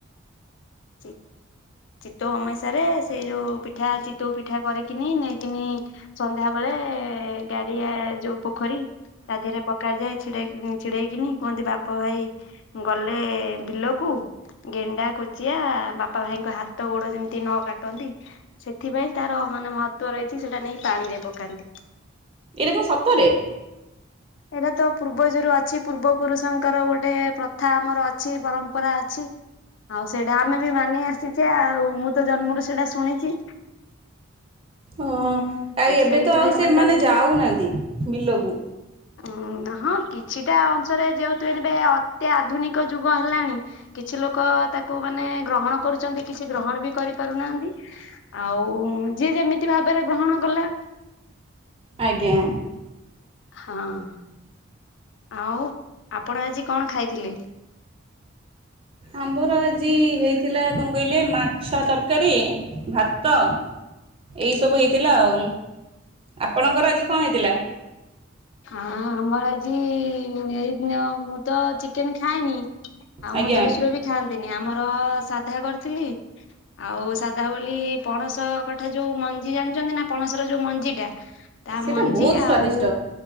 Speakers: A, on the left; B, on the right.
A: ଚି ଚିତ୍ତଉ ଅମେଇଷାରେ ସେଇ ଯୋଉ ପିଠା ଚିତ୍ତଉ ପିଠା କରିକିନି ନେଇକିନି ସନ୍ଧ୍ୟାବେଳେ ଏ ଗାଡିଆ ଏ ଯୋଉ ପୋଖରୀ ତା ଦେହରେ ପକାଯାଏ ଛିଡେଇଁ ଛିଡେଇକିନି କୁହନ୍ତି ବାପ ଭାଇ ଗଲେ ବିଲକୁ ଗେଣ୍ଡା କୋଚି ଚିଆ ବାପା ଭାଇଙ୍କ ହାତ ଗୋଡ ଯେମତି ନ କାଟନ୍ତି। ସେଥିପାଇଁ ତାର ମାନେ ମହତ୍ୱ ରହିଚି ସେଟା ନେଇକି ପାଣିରେ ପକାନ୍ତି।
B: ଏଇଟା କଣ ସତରେ?
A: ଏଇରା ତ ପୂର୍ବଯରୁ ଅଛି ପୂର୍ବ ପୁରୁଷଙ୍କର ଗୋଟେ ପ୍ରଥା ଆମର ଅଛି ପରମ୍ପରା ଅଛି। ଆଉ ସେଇଟା ଆମେ ବି ମାନି ଆସିଚେ ଆଉ ମୁଁ ତ ଜନ୍ମରୁ ସେଇଟା ଶୁଣିଚି।
B: ଓହୋ ଆଉ ଏବେ
A: ସେଇଥିରେ
B: ତ ଆଉ
A: ଆମେ
B: ସିଏ
A: ଚାଲିଚେ
B: ମାନେ ଯାଉନାହାନ୍ତି ବିଲକୁ
A: ଅଁ ହଁ କିଛିଟା ଅଂଶରେ ଯେହେତୁ ଏବେ ଅତି ଆଧୁନିକ ଯୁଗ ହେଲାଣି କିଛି ଲୋକ ତାକୁ ମାନେ ଗ୍ରହଣ କରୁଚନ୍ତି କିଛି ଗ୍ରହଣ ବି କରିପାରୁନାହାନ୍ତି। ଆଉ ଯିଏ ଯେମିତି ଭାବରେ ଗ୍ରହଣ କଲା।
B: ଆଜ୍ଞା।
A: ହଁ। ଆଉ ଆପଣ ଆଜି କଣ ଖାଇଥିଲେ?
B: ଆମର ଆଜି ହେଇଥିଲା କଣ କହିଲେ ମାଛ ତରକାରୀ ଭାତ ଏଇସବୁ ହେଇଥିଲା ଆଉ ଆପଣଙ୍କର ଆଜି କଣ ହେଇଥିଲା?
A: ହ ହଁ ଆମର ଆଜି ଉଁ ଏଇ ନ ମୁଁ ତ ଚିକେନ ଖାଏନି ଆଉ
B: ଆଜ୍ଞା।
A: ମୋ ଦେଢଶୁର ବି ଖାଆନ୍ତିନି ଆମର ସାଧା କରିଥିଲି। ଆଉ ସାଧା ବୋଲି ପଣସ କଠା ଯୋଉ ମଞ୍ଜି ଜାଣିଚନ୍ତି ନା ପଣସର ଯୋଉ ମଞ୍ଜି ଟା ତା
B: ସେଇଟା
A: ମଞ୍ଜି
B: ବହୁତ
A: ଆଉ
B: ସ୍ଵାଦିଷ୍ଟ